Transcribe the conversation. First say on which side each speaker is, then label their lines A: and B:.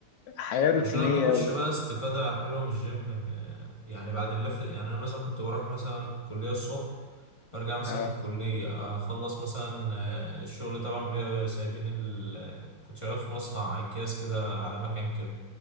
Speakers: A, on the left (about 70°); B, on the left (about 25°).
A: حياة روتينية
B: المشكلة ما بتاخدش
A: أوي
B: بقى استفادة حلوة من الجيم م- يعني بعد اللفة دي- يعني أنا مثلا كنت بروح مثلا الكلية الصبح برجع مثلا
A: آه.
B: من الكلية أخلص مثلا آه، الشغل طبعا بيبقى سايبين ال... كنت شغال في مصنع أكياس كده على مكان كده